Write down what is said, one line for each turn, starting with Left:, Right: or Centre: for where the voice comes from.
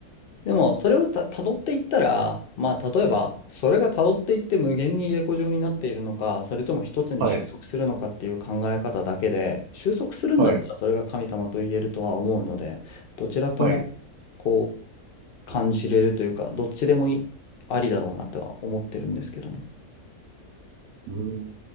Left: でも、それをた、辿っていったら、まあ、例えば、それが辿っていって無限に入れ子状になっているのか、それとも一つに収束するのかっていう考え方だけで、
Right: はい、
Left: 収束するんだったらそれが神様と言えるとは思うので、
Right: はい、
Left: どちらとも、
Right: はい。う
Left: こう、感じれるというか、どっちでもいいありだろうなとは思ってるんですけどね。
Right: ーん